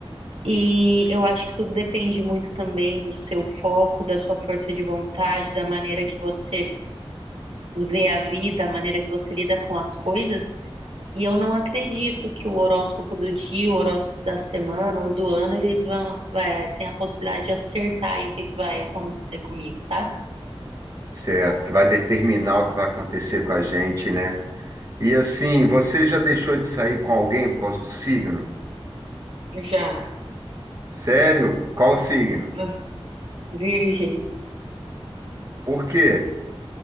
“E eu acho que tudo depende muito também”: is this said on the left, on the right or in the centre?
Right